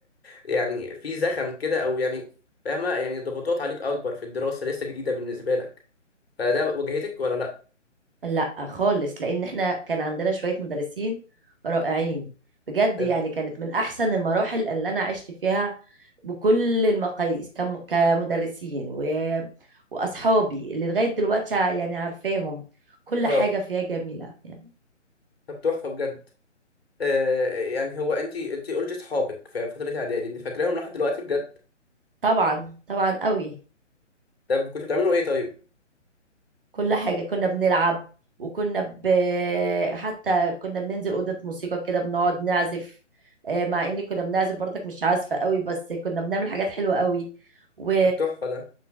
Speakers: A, on the left; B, on the right.
A: يعني في زخم كده او يعني فاهمه يعني ضغوطات عليك اكبر في الدراسه لسه جديده بالنسبه لك فده واجهتك ولا لا
B: لا خالص لان احنا كان عندنا شوية مدرسين رائعين بجد
A: حلو
B: يعني كانت من احسن المراحل اللي انا عشت فيها بكل المقاييس كم- كمدرسين و... واصحابي اللي لغاية دلوقتي يعني عارفاهم كل
A: اه
B: حاجة فيها جميلة يعني
A: طب تحفه بجد آه يعني هو انت انت قلت اصحابك في فتره اعدادي انت فاكراهم لحد دلوقتي بجد
B: طبعا طبعا قوي
A: طب كنتوا بتعملوا ايه طيب
B: كل حاجة كنا بنلعب وكنا ب... حتى كنا بننزل أوضة موسيقى كده بنقعد نعزف آه، مع إني كنا بنعزف برضك مش عازفة قوي بس كنا بنعمل حاجات حلوة قوي و
A: طب تحفه ده